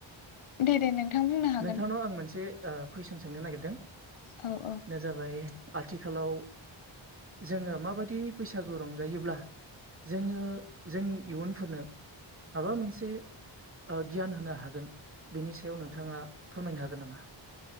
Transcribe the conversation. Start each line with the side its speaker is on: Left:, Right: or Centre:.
Left: दे दे नोंथां बुंनो हागोन
Right: नोंथांनाव आं मोनसे कुइसन सोंनो नागिरदों
Left: औ औ
Right: दा जाबाय आथिखालाव जोङो माबायदि बैसागु रंजायोब्ला जोङो जोंनि इयुनफोरनो माबा मोनसे गियान होनो हागोन बिनि सायाव नोंथाङा फोरमायनो हागोन नामा